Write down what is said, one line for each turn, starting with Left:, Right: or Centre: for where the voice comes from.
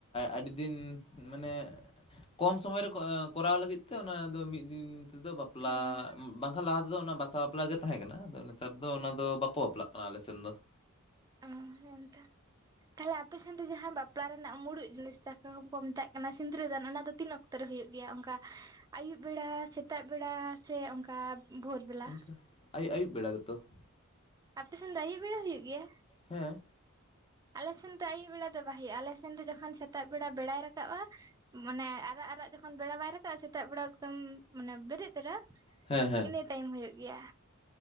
Left: ᱟᱹᱰᱤ ᱫᱤᱱ ᱢᱟᱱᱮ ᱠᱚᱢ ᱥᱚᱢᱚᱭ ᱨᱮ ᱠᱚᱨᱟᱣ ᱞᱟᱹᱜᱤᱫ ᱛᱮ ᱚᱱᱟ ᱫᱚ ᱢᱤᱫ ᱫᱤᱱ ᱛᱮ ᱫᱚ ᱵᱟᱯᱞᱟ
Right: ᱦᱩᱸ
Left: ᱵᱟᱝᱠᱷᱟᱱ ᱞᱟᱦᱟ ᱛᱮ ᱫᱚ ᱚᱱᱟ ᱵᱟᱥᱟ ᱵᱟᱯᱞᱟ ᱜᱮ ᱛᱟᱦᱮᱸ ᱠᱟᱱᱟ ᱟᱫᱚ ᱱᱮᱛᱟᱨ ᱫᱚ ᱟᱫᱚ ᱚᱱᱟ ᱫᱚ ᱵᱟᱠᱚ ᱵᱟᱯᱞᱟᱜ ᱠᱟᱱᱟ ᱟᱞᱮ ᱥᱮᱱ ᱫᱚ ᱾
Right: ᱟᱨ ᱦᱮᱸ ᱛᱚ ᱛᱟᱦᱚᱞᱮ ᱟᱯᱮ ᱥᱮᱱ ᱫᱚ ᱡᱟᱦᱟᱸᱭ ᱵᱟᱯᱞᱟ ᱨᱮᱱᱟᱜ ᱢᱩᱲᱩᱛ ᱡᱤᱱᱤᱥ ᱪᱟ ᱠᱚ ᱠᱚ ᱢᱮᱛᱟᱜ ᱠᱟᱱᱟ ᱥᱤᱸᱫᱽᱨᱟᱹ ᱫᱟᱱ ᱚᱱᱟ ᱫᱚ ᱛᱤᱱᱟᱹᱜ ᱚᱠᱛᱚ ᱨᱮ ᱦᱩᱭᱩᱜ ᱜᱮᱭᱟ ᱚᱱᱠᱟ ᱟᱭᱩᱵ ᱵᱮᱲᱟ ᱥᱮᱛᱟᱜ ᱵᱮᱲᱟ ᱥᱮ ᱚᱱᱠᱟ ᱵᱷᱳᱨ ᱵᱮᱞᱟ
Left: ᱤᱱᱠᱟᱹ ᱟᱭᱩᱵ ᱟᱹᱭᱩᱵ ᱵᱮᱲᱟ ᱜᱮ ᱛᱚ ᱾
Right: ᱟᱯᱮ ᱥᱮᱱ ᱫᱚ ᱟᱹᱭᱩᱵ ᱵᱮᱲᱟ ᱦᱩᱭᱩᱜ ᱜᱮᱭᱟ?
Left: ᱦᱮᱸ ᱾
Right: ᱟᱞᱮ ᱥᱮᱱ ᱫᱚ ᱟᱹᱭᱩᱵ ᱵᱮᱲᱟ ᱫᱚ ᱵᱟᱭ ᱦᱩᱭᱩᱜᱼᱟ ᱟᱞᱮ ᱥᱮᱱ ᱫᱚ ᱡᱚᱠᱷᱚᱱ ᱥᱮᱛᱟᱜ ᱵᱮᱲᱟ ᱵᱮᱲᱟᱭ ᱨᱟᱠᱟᱵᱼᱟ ᱢᱟᱱᱮ ᱟᱨᱟᱜ ᱟᱨᱟᱜ ᱡᱚᱠᱷᱚᱱ ᱵᱮᱲᱟ ᱵᱟᱭ ᱨᱟᱠᱟᱵ ᱥᱮᱛᱟᱜ ᱵᱮᱲᱟ ᱮᱠᱫᱚᱢ ᱢᱟᱱᱮ ᱵᱮᱨᱮᱫ ᱛᱚᱨᱟ
Left: ᱦᱮᱸ ᱦᱮᱸ
Right: ᱤᱱᱟᱹ
Left: ᱾
Right: ᱴᱟᱭᱤᱢ ᱦᱩᱭᱩᱜ ᱜᱮᱭᱟ